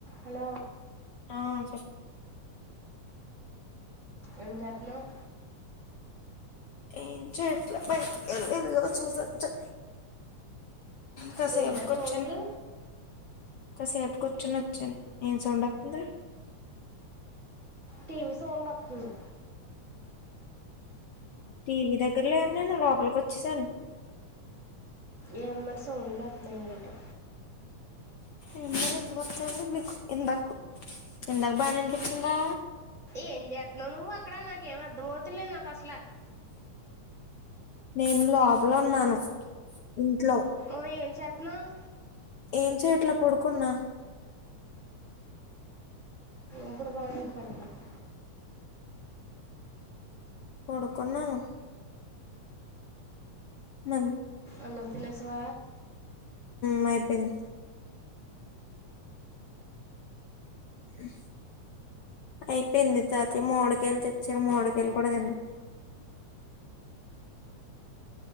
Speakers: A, on the right; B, on the left.
A: హలో
B: ఆ చెప్పు
A: ఏం చేత్నావ్
B: ఏం చె ట్లే బయట్కెళ్ళి చేసి వచ్చా కాసేపు
A: ఏంటా
B: కూర్చుని
A: సౌండ్లు
B: కాసేపు కూర్చొని వచ్చాను ఏం సౌండ్ వత్తంది.
A: టీ వి సౌండ్ వత్తంది.
B: టీవీ దగ్గర లేను నేను లోపలికొచ్చేసాను
A: ఏం మరి సౌండ్లు వత్తనయ్ ఎంటో
B: ఏమో ఎందుకు వత్తనాయో నీకు ఇందాక బానే ఇనిపించిందా
A: ఏం జేత్నావ్ నువ్వు అక్కడ నాకు ఏం అర్ధం అవుతలేదు నాకు అసల
B: నేను లోపల ఉన్నాను ఇంట్లో
A: ఓయ్ ఏం చెత్నావ్
B: ఏం చెయట్లే పడుకున్నా
A: ఇప్పుడు బానే ఇనపడతంది
B: పడుకున్నాను మం
A: అన్నం తినేసావ
B: మ్ అయిపోయింది హ అయిపోయింది తాతయ మావ్డికాయలు తెచ్చారు మావ్డికాయలు కూడా తిన్నాం